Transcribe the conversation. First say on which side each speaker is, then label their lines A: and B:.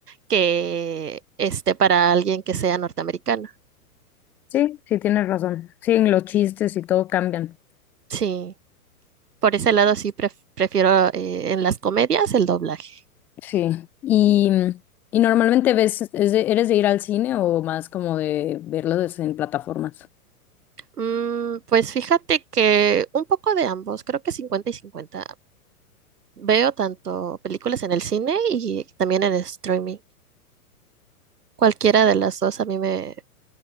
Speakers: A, on the right; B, in the centre.
A: que este para alguien que sea norteamericano.
B: Sí, sí, tienes razón. Sí, los chistes y todo cambian.
A: Sí. Por ese lado sí pref- prefiero eh, en las comedias el doblaje.
B: Sí. Y, y normalmente ves, es de- ¿eres de ir al cine o más como de verlos en plataformas?
A: Mm, pues fíjate que un poco de ambos, creo que cincuenta y cincuenta Veo tanto películas en el cine y también en streaming. Cualquiera de las dos a mí me,